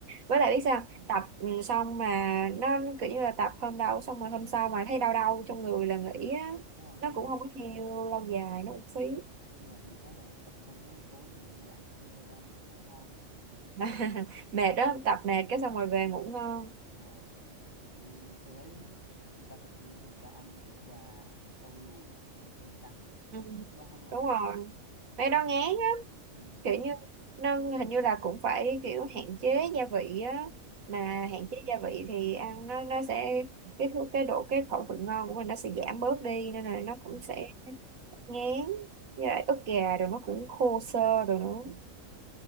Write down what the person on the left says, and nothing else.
ừ.
đúng rồi đúng
rồi
nhưng mà được cái là tập xong cái tối về nó giãn cơ ra ngủ ngon
đúng rồi Ừ, tôi thấy người ta tập gym người ta ăn ức gà rau luộc ăn cơm trắng
tôi ăn không nổi
ừ.
À,
ừ.
Đúng rồi.